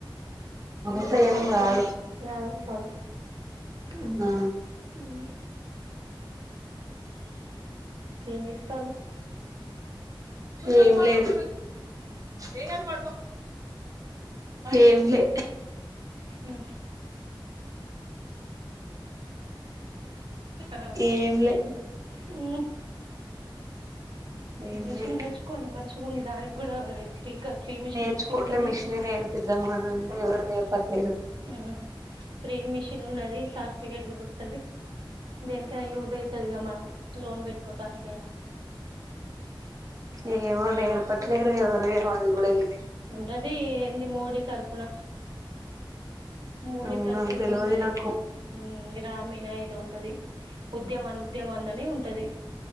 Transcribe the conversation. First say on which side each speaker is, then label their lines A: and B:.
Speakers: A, on the right (about 40°); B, on the right (about 65°).
A: అంతా
B: ఉమ్
A: ఏం
B: కరెక్టే
A: రాదు
B: యాబై రూ తాలు ఉమ్
A: ఆ
B: ఉమ్ ఇంకేం చేస్తాళ్ళు
A: ఏం లేదు ఏం కాదు పడుకో ఏం లే
B: హా ఆ
A: ఏం లే
B: ఊ
A: ఏం
B: మిషన్
A: లేదు
B: నేర్చుకోండి మంచిగా ఉంది దానికి కూడా ఫ్రీ ఫ్రీ మిషన్
A: నేర్చుకోట్లే
B: నేర్పిస్తాళ్ళు
A: మిషనే నేర్పిద్దామానంటే ఎవరు నేర్పట్లేదు
B: ఊ ప్రీ మిషన్ ఉన్నది సర్టిఫికేట్ గుడా వస్తది దేనికైనా యూజ్ అయితాది గా మనం లోన్ పెట్టుకోటానికైనా
A: ఏమో నేర్పట్లేరె ఎవరు అది గూడా ఏమ్
B: ఉన్నది ఏంది మోడీ తరపున మోడీ
A: అవునా
B: తరపున
A: తెలవదు
B: ఉన్నది
A: నాకు
B: ఇం గ్రామీణ ఏదో ఉంటది ఉద్యమాను ఉద్యమాన్ అని ఉంటది